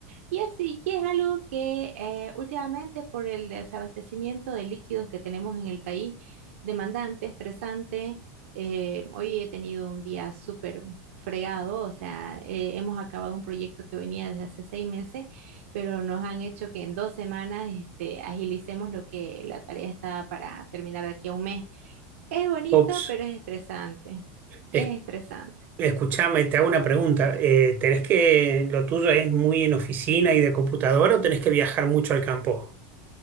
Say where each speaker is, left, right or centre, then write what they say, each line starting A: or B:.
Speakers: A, on the right; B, on the right.
A: Y así, y es algo que eh, últimamente por el desabastecimiento de líquidos que tenemos en el país, demandante, estresante, eh, hoy he tenido un día súper fregado, o sea, eh, hemos acabado un proyecto que venía desde hace seis meses, pero nos han hecho que en dos semanas este, agilicemos lo que la tarea estaba para terminar de aquí a un mes. Es bonito,
B: Ops,
A: pero es estresante.
B: es-
A: Es estresante.
B: escuchame, te hago una pregunta. Eh, ¿tenés que, lo tuyo es muy en oficina y de computadora o tenés que viajar mucho al campo?